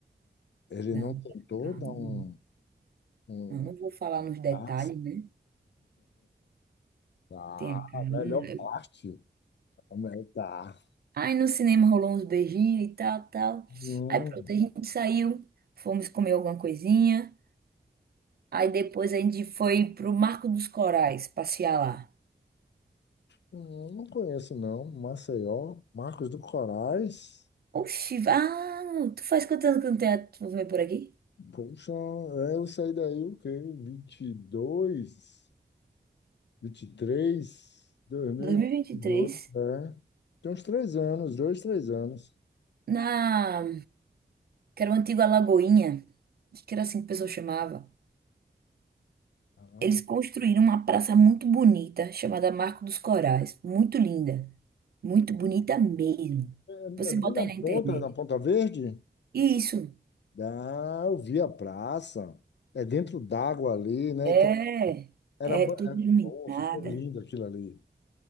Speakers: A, on the left; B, on the right.
A: Ele
B: Não,
A: não tentou
B: calma.
A: dar um... um...
B: Eu não vou falar nos detalhes,
A: Ah,
B: né?
A: tá,
B: Tem a câmera.
A: a melhor parte. A melhor- Tá.
B: Aí no cinema rolou uns beijinhos e tal, tal.
A: Hum,
B: Aí pronto, a gente saiu, fomos comer alguma coisinha. Aí depois a gente foi pro Marco dos Corais passear lá.
A: hum, não conheço, não. Maceió, Marcos do Corais.
B: Oxi, ah, tu faz quantos anos que não tem a- tu vem por aqui?
A: Puxa, é, eu saí daí o quê? 22. vinte vinte e três dois mil
B: 2023.
A: e vinte e dois é. Tem uns três anos, dois, três anos.
B: Na que era uma antiga Lagoinha, acho que era assim que o pessoal chamava.
A: Ah,
B: Eles construíram uma praça muito bonita, chamada Marco dos Corais. Muito linda. Muito bonita mesmo.
A: É,
B: Você
A: é bem
B: bota
A: na
B: aí na
A: ponta,
B: internet.
A: na Ponta Verde?
B: Isso.
A: Ah, eu vi a praça. É dentro d'água ali, né?
B: É.
A: Tem- Era,
B: É
A: bo-
B: tudo
A: era
B: iluminada.
A: bom, ficou lindo aquilo ali.